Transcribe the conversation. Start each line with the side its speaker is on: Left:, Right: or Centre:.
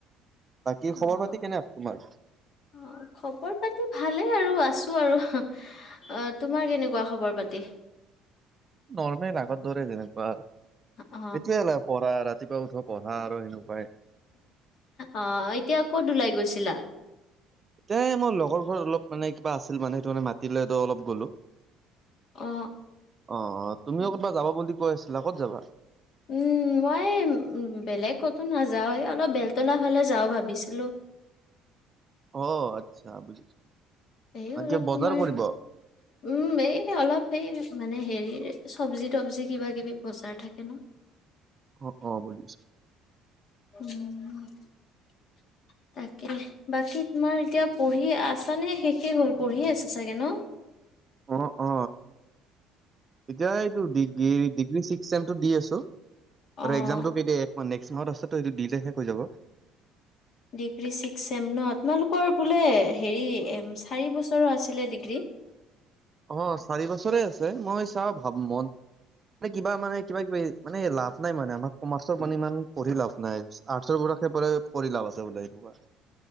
Right: বাকী
Left: অ-অ,
Right: খবৰ পাতি কেনে তোমাৰ
Left: খবৰ পাতি ভালেই আৰু আছো। আৰু। অ তোমাৰ কেনেকুৱা খবৰ-পাতি?
Right: নৰ্মেল আগত দৰে যেনেকুৱা আৰু,
Left: অ
Right: সেইটোৱে অলপ পঢ়া ৰাতি ৰাতিপুৱা উঠো, পঢ়া আৰু সেনেকুৱাই
Left: অ এতিয়া ক'ত ওলাই গৈছিলা?
Right: তেই মই লগৰ ঘৰত অলপ মানে কিবা আছিল মানে সেইটোকাৰণে মানে মাতিলে তো অলপ গ'লো।
Left: অ
Right: অ-অ তুমিও
Left: অ
Right: কতবা যাবা বুলি কৈ আছিলা ক'ত যাবা
Left: উম, মই বেলেগ কতো নাযাওঁ। এই অলপ বেলতলা ফালে যাওঁ ভাবিছিলো।
Right: অ, আচ্ছা বুজিছো।
Left: এই
Right: বাকী
Left: অলপ
Right: বজাৰ
Left: তোমাৰ
Right: কৰিব?
Left: উম, এই অলপ সেই মানে হেৰি চব্জি তবজি কিবা কিবি বজাৰ থাকে ন?
Right: অ-অ, বুজিচো।
Left: উম। তাকে। বাকী তোমাৰ এতিয়া পঢ়ি আছানে শেষে হ'ল? পঢ়িয়ে আছে চাগে ন?
Right: অ-অ। এতিয়া এইটো ডিগ্ৰী, ডিগ্ৰী ছিক্স চেমটো দি আছো
Left: অ'।
Right: আৰু একজামতটো কে অহ, নেক্সট মাহত আছেটো। এইটো দিলে শেষ হৈ যাব।
Left: ডিগ্ৰী ছিক্স চেম ন? তোমালোকৰ বোলে হেৰি চাৰি বছৰৰ আছিলে ডিগ্ৰী? <inaudible>
Right: অহ, চাৰি বছৰে আছে। মই চাওঁ ভাব মন মানে কিবা মানে কিবা কিবি মানে লাভ নাই মানে। আমাক কমাৰ্চৰ মানে ইমান পঢ়ি লাভ নাই। আৰ্টচৰ পৰা কৰি লাভ আছে বোলে। এনেকুৱা